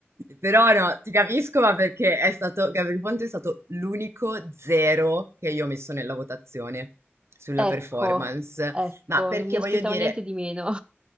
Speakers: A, on the right; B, on the right.
A: però no, ti capisco, ma perché è stato Gabriele Ponte è stato l'unico 0 che io ho messo nella votazione sulla performance.
B: Ecco, ecco,
A: Ma perché
B: non mi aspettavo
A: voglio dire
B: niente di meno.